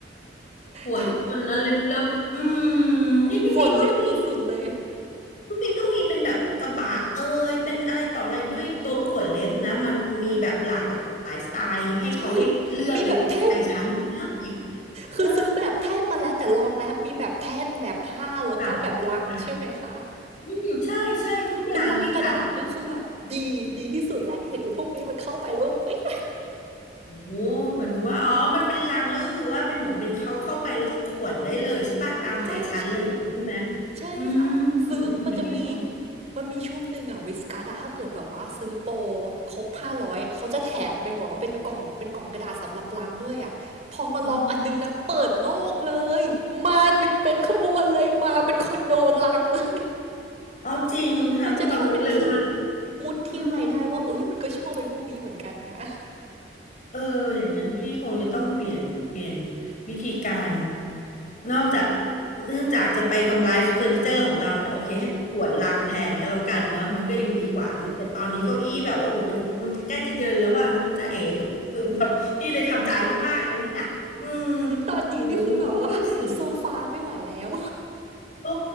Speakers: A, on the left (about 45°); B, on the right (about 40°).
A: ปวดทุกคนนะเล็บเล็บอื
B: ได้
A: มนี่พี่ปิงก็มี
B: ฝนเล็บสุดๆเลย
A: พี่ปิงก็มีเป็นแบบกระบะเอ่ยเป็นอะไรต่ออะไรด้วยตัวขวดเล็บนะมันมีแบบหลากหลายสไตล์ให้เขาได้เลือกเลยใจฉันไม่ได้
B: ใช่มีแบบแท่น
A: เออ
B: คือซื้อแบบแท่นมาแล้วแต่ลองแล้วมีแบบแท่นแบบผ้าแล้วก็แบบลังใช่ไหมคะ
A: ค่ะค่ะอืมใช่ใช่ทุกอย่างพี่จัดให้
B: เป็นลังกระดาษนี่คือแบบดีดีที่สุดแล้วเห็นไอ้พวกนี้มันเข้าไปแล้วก็เว้ย
A: โอ้โหเหมือนกับว่าอ๋อมันเป็นลังแล้วก็คือว่าเป็นเหมือนเป็นเขาเข้าไปแล้วก็ขวนได้เลยใช่ป่ะตามใจฉันเลยใช่ไหม
B: ใช่ใช่ ใช่ค่ะซื้อมันจะมี
A: อืมเดี๋ยวพี่ลอง
B: มันมีช่วงหนึ่งอะวิสกัสอะถ้าเกิดแบบว่าซื้อโปรครบห้าร้อยเขาจะแถมเป็นแว่าเป็นกล่องเป็นกล่องกระดาษสำหรับล้างด้วยอะพอมาลองอันนึงนะเปิดโลกเลยมาเป็นเป็นขบวนเลยมาเป็นคอนโดลังเลย
A: อ๋อ อ๋อจริงทำให้เรารู้เลยว่า
B: มันจะทำเป็นที่มุดที่อะไรได้ว่าเอ้ยมันก็ชอบไอ้พวกนี้เหมือนกันนะ
A: อืมเอออย่างนั้นพี่คงจะต้องเปลี่ยนเปลี่ยนวิธีการนอกจากเนื่องจากจะไปทำลายเฟอร์นิเจอร์ของเราเนี่ยโอเคให้ขวนลังแทนก็แล้วกันเนอะมันก็ยังดีกว่ามันแต่ตอนนี้เก้าอี้แบบว่าโอ้โหมันมันใกล้จะเยินแล้วว่าน้องจ๊ะเอ๋คือแบบพี่เลยทำใจมากๆแล้วเนี่ยอืม
B: ตอนนี้นี่คือแบบว่าโซฟาไม่ไหวแล้ว
A: โหสุดโอ้